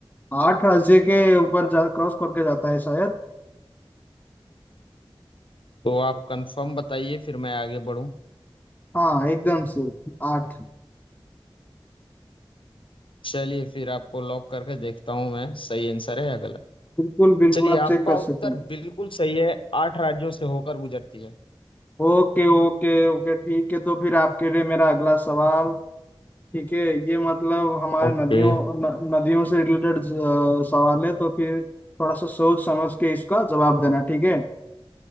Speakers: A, on the left (about 15°); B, on the left (about 65°).
A: आठ राज्य के ऊपर जा क्रॉस करके जाता है शायद
B: तो आप कंफर्म बताइए फिर मैं आगे बढ़ूँ
A: हाँ एकदम से आठ
B: चलिए फिर आपको लॉक करके देखता हूँ मैं सही आंसर है या गलत
A: बिल्कुल बिल्कुल
B: चलिए
A: आप
B: आपका
A: चेक कर
B: उत्तर
A: सकते हैं
B: बिल्कुल सही है आठ राज्यों से होकर गुजरती है
A: ओके ओके ओके ठीक है तो फिर आपके लिए मेरा अगला सवाल ठीक है ये मतलब हमारे
B: Okay
A: नदियों न, नदियों से रिलेटेड सवाल है तो फिर थोड़ा सा सोच समझ के इसका जवाब देना ठीक है